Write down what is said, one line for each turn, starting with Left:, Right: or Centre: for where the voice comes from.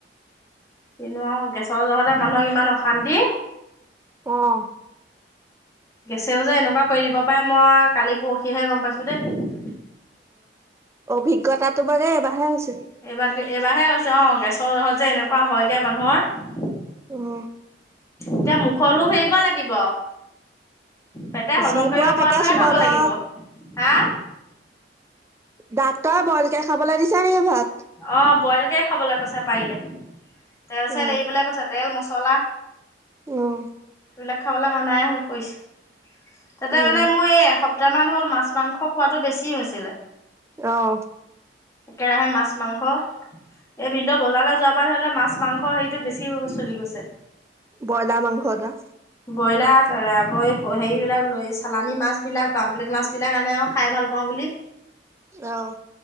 Left: কিনো আও, গেছৰ জহতে মানুহৰ ইমান অশান্তি।
Right: অহ
Left: গেছেও যে এনেকুৱা কৰি দিব পাৰে, মই কালি পৰসিহে গম পাইছো দেই।
Right: অভিজ্ঞতাতো মানে এবাৰহে হৈছে।
Left: এইবাৰ এইবাৰহে হৈছে অহ, গেছৰ যহত যে এনেকুৱা হয়গে মানুহৰ
Right: উম
Left: এতিয়া মুখৰ‌লোভ এৰিব লাগিব। পেটে হজম
Right: যি পোৱা
Left: কৰিব
Right: তাকে
Left: পৰাটোহে
Right: চোবাবা
Left: খাব লাগিব,
Right: আও।
Left: হা
Right: ডাক্তৰ বইলকে খাবলৈ দিছে নেকি ভাত।
Left: অহ বইলকে খাবলৈ কৈছে পাৰিলে, তেল চেল
Right: অ
Left: এৰিবলৈ কৈছে। তেল, মছলা
Right: অহ
Left: সেইবিলাক খাবলৈ মানায় ‌এ‌ই কৰিছে, তাতে
Right: উম
Left: মানে মোৰ এই কেইটামান হল মাছ, মাংস খোৱাটো বেছি হৈছিলে।
Right: অহ
Left: একেৰাহে মাছ মাংস, এই ভিন্দ বজাৰলৈ যোৱাৰ পৰা ধৰিলে মাছ - মাংস হেৰিটো বেছি চলি গৈছে।
Right: ব্ৰইলাৰ মাংস, এটা।
Left: ব্ৰইলাৰত আকৌ হেৰিবিলাক ল চালানী মাছবিলাক বামপ্লেট মাছবিলাক আনে আৰু খাই ভাল পাওঁ। বুলি।
Right: অহ।